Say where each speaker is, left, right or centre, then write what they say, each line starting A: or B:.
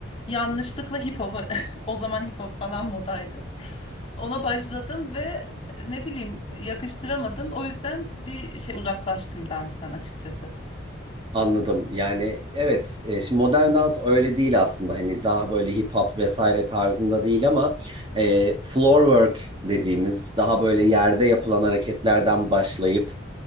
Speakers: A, on the left; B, on the right.
A: yanlışlıkla hip hop <laughs> o zaman hip hop falan modaydı. Ona başladım ve ne bileyim yakıştıramadım. O yüzden bir şey uzaklaştım danstan açıkçası.
B: Anladım. Yani evet, e, şimdi modern dans öyle değil aslında. Hani daha böyle hip hop vesaire tarzında değil ama e, floor work dediğimiz daha böyle yerde yapılan hareketlerden başlayıp